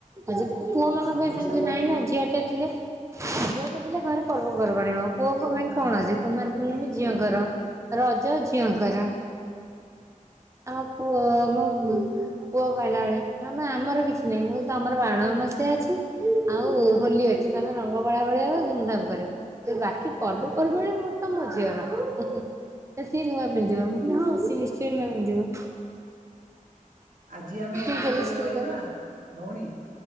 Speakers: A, on the right; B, on the right.
A: ଆଜିକାଲି ପୁଅ ମାନଙ୍କ
B: ଆମ
A: ପାଇଁ
B: ଓଡିଶା
A: ସେମିତି
B: ପର୍ବ
A: ନାଇଁ ନା ଝିଅ ଟେ ଥିଲେ ଝିଅଟେ ଥିଲେ ଘରେ ପର୍ବପର୍ବାଣି ହବ ପୁଅଙ୍କ ପାଇଁ କଣ
B: ହଁ
A: ଅଛି କୁମାର ପୂର୍ଣ୍ଣମୀ
B: କିଛି
A: ଝିଅଙ୍କର
B: ନାହିଁ
A: ରଜ ଝିଅଙ୍କ ଙ୍କର। ଆମ ପୁଅ ମୋ ପୁଅ କହିଲା ଭଳିଆ ମାମା ଆମର କିଛି ନାହିଁ ମୁଁ ତମର ବାଣମସି୍ୟା ଅଛି ଆଉ ହୋଲି ଅଛି ତମେ ରଙ୍ଗ ବୋଳା ବଳି ହବ୍ ଧୁମଧାମ କରିବ ଏ ବାକି ପର୍ବପର୍ବରେ
B: ଆଜ୍ଞା
A: ମୁଁ ତ ମୋ ଝିଅ ର ସିଏ ନୂଆ ପିନ୍ଧିବ ହଁ ସିଏ ନିଶ୍ଚୟ ନୂଆ ପିନ୍ଧିବ। <inaudible>
B: ଆଜି ଆମେ
A: ଟିକେ
B: ଏତିକିରେ
A: ଜେଲସ୍ ଫିଲ୍
B: ରହିବା
A: କରେ
B: ଭଉଣୀ।